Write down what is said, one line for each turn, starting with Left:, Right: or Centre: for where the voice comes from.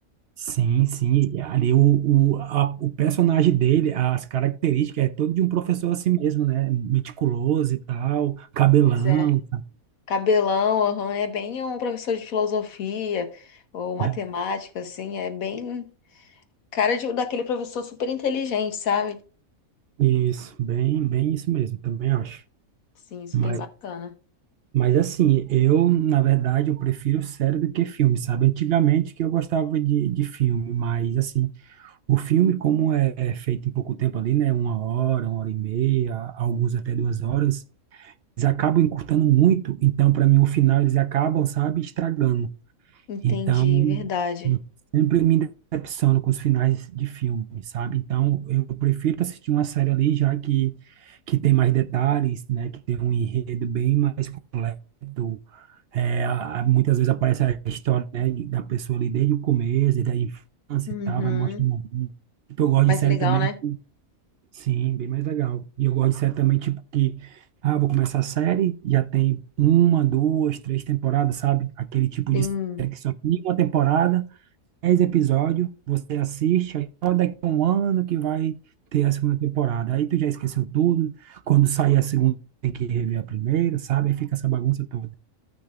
Right: Sim, sim. e Ali o, o, a- o personagem dele, as características, é todo de um professor assim mesmo, né? Meticuloso e tal, cabelão,
Left: Pois é. Cabelão, aham, é bem um professor de filosofia ou matemática,
Right: sabe?
Left: assim, é bem cara de, daquele professor super inteligente, sabe?
Right: Isso, bem, bem isso mesmo, também acho.
Left: Sim, super
Right: mas
Left: bacana.
Right: Mas assim, eu, na verdade, eu prefiro série do que filme, sabe? Antigamente que eu gostava de, de filme, mas assim, o filme, como é é feito em pouco tempo ali, né? Uma hora, uma hora e meia, alguns até duas horas, eles acabam encurtando muito. Então, para mim, o final eles acabam, sabe, estragando.
Left: Entendi,
Right: Então,
Left: verdade.
Right: eu sempre me decepciono com os finais de filme, sabe? Então, eu prefiro assistir uma série ali, já que, que tem mais detalhes, né? Que tem um enredo bem mais completo é, a- a- muitas vezes aparece a história, né, de- da pessoa ali desde o começo, desde a infância
Left: Uhum.
Right: e tal, vai mostrando. a vida. Tipo, eu gosto
Left: Mas
Right: de série
Left: legal,
Right: também,
Left: né?
Right: que- sim, bem mais legal. E eu gosto de série também, tipo, que, ah, vou começar a série, já tem uma, duas, três temporadas, sabe? Aquele tipo
Left: Sim.
Right: de série que só tem uma temporada, dez episódios, você assiste, aí só daqui a um ano que vai ter a segunda temporada. Aí tu já esqueceu tudo, quando sair a segunda tem que rever a primeira, sabe? Aí fica essa bagunça toda.